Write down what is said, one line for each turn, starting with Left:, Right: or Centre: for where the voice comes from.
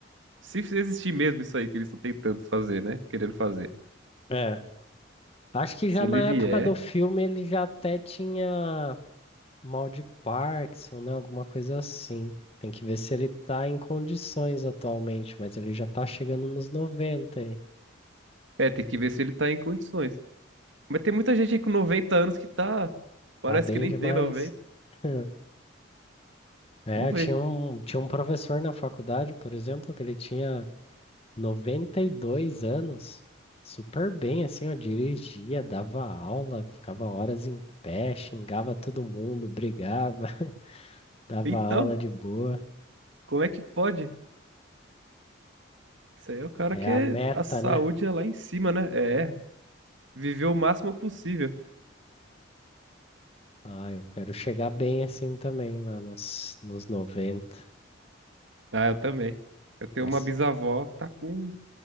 Right: Se existir mesmo isso aí que eles estão tentando fazer, né? Querendo fazer.
Left: É, acho que
Right: Se
Left: já na
Right: ele vier,
Left: época do filme ele já até tinha mal de Parkinson, né? Alguma coisa assim. Tem que ver se ele tá em condições atualmente, mas ele já tá chegando nos noventa. aí.
Right: é, tem que ver se ele tá em condições. Mas tem muita gente aí com 90 anos que tá. Parece
Left: Tá bem
Right: que nem
Left: demais.
Right: tem 90.
Left: <laughs> É,
Right: Vamos
Left: eu
Right: ver.
Left: tinha um, tinha um professor na faculdade, por exemplo, que ele tinha 92 anos, super bem, assim, ó, dirigia, dava aula, ficava horas em pé, xingava todo mundo, brigava, <laughs> dava
Right: Então,
Left: aula de boa.
Right: como é que pode? Isso aí é o cara
Left: É
Right: que
Left: a meta,
Right: a saúde
Left: né?
Right: é lá em cima, né? É, viver o máximo possível.
Left: Ah, eu quero chegar bem assim também, lá nos, nos 90.
Right: Ah, eu também. Eu tenho
Left: Nossa,
Right: uma bisavó que tá com.